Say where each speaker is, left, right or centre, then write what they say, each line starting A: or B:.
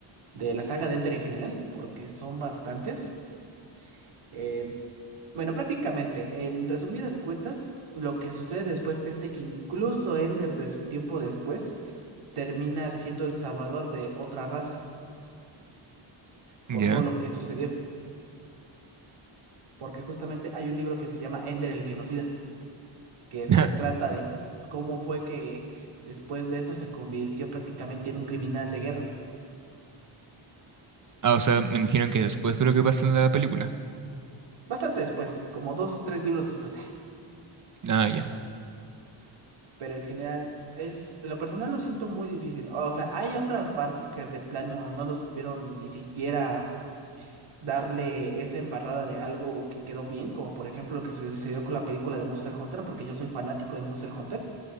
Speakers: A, on the right (about 85°); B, on the right (about 40°).
A: de la saga de Ender en general, porque son bastantes, eh, bueno, prácticamente, en resumidas cuentas, lo que sucede después es de que incluso Ender des- tiempo después termina siendo el salvador de otra raza por
B: ¿Ya?
A: todo lo que sucedió, porque justamente hay un libro que se llama Ender el Genocida, que retrata
B: <laughs>
A: de cómo fue que después de eso se convirtió prácticamente en un criminal de guerra.
B: Ah, o sea, me imagino que después de lo que pasa en la película.
A: Bastante después, como dos, tres libros después,
B: Ah, ya.
A: <laughs> pero en general es, en lo personal lo siento muy difícil. O sea, hay otras partes que de plano no lo supieron ni siquiera darle esa embarrada de algo que quedó bien, como por ejemplo lo que sucedió con la película de Monster Hunter, porque yo soy fanático de Monster Hunter.